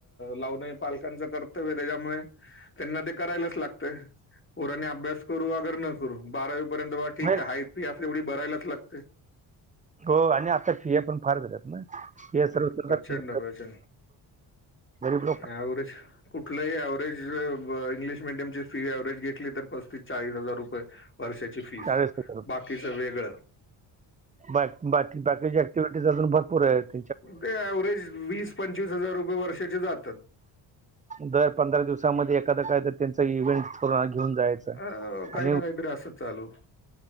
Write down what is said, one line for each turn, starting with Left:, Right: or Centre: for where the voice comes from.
Left: लावण हे पालकांचं कर्तव्य ये, त्याच्यामुळे त्यांना ते करायलाच लागत. पोरांनी अभ्यास करू अगर न करू बारावी पर्यंत बा ठीक,
Right: नाही
Left: हाय फी आहे तेवढी भरायलाच लागते.
Right: हो आणि आता फिया पण फार झाल्यात ना? फिया सर्व
Left: हम,
Right: सरकार
Left: प्रचंड प्रचन,
Right: गरीब
Left: उंह
Right: लोक
Left: ॲवरेज. कुठलंही ॲव्हरेज, ब इंग्लिश मिीडियमची फी ॲव्हरेज घेतली, तर पस्तीस चाळीस हजार रुपये. वर्षाची फीस,
Right: चाळीस हजार
Left: बाकीच वेगळं!
Right: बां बाकी बाकीची ऍक्टिव्हिटीज अजूंन भरंपूर आहेतं
Left: ते व्हरेज वीस पंचवीस हजांर रुपये वर्षाचे जातांत.
Right: दरं पंधरा दिवसांमध्ये एखादां कायं तरं त्यांचा इव्हेंट घेऊंन जायचं
Left: अ काही
Right: आणि
Left: ना काहीतरी असंच चालू